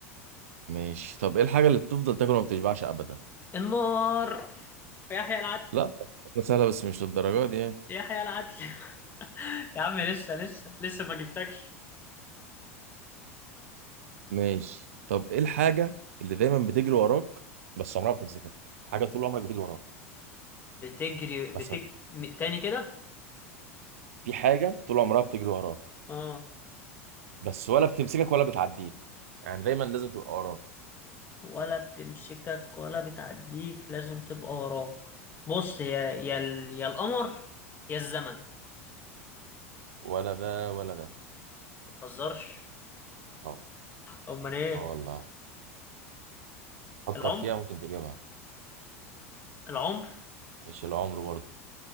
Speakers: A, on the right (about 75°); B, on the left (about 25°).
A: ماشي طب ايه الحاجه اللي بتفضل تاكل وما بتشبعش ابدا
B: النار يحيى العدل
A: لا ده سهله بس مش للدرجه دي يعني
B: يحيى العدل <laughs> يا عم لسه لسه لسه ما جبتكش
A: ماشي طب ايه الحاجه اللي دايما بتجري وراك بس عمرها ما بتمسكك حاجه طول عمرك بتجري وراك
B: بتجري بتجري
A: بس ما-
B: م- تاني كده
A: في حاجه طول عمرها بتجري وراك
B: اه
A: بس ولا بتمسكك ولا بتعديك يعني دايما لازم تبقى وراك
B: ولا بتمسكك ولا بتعديك لازم تبقى وراك بص هي يا ال- يا القمر يا الزمن
A: ولا ده ولا ده
B: ما تهزرش
A: اه
B: امال ايه
A: آه والله فكر
B: العمر
A: فيها ممكن تجيبها
B: العمر
A: مش العمر برضه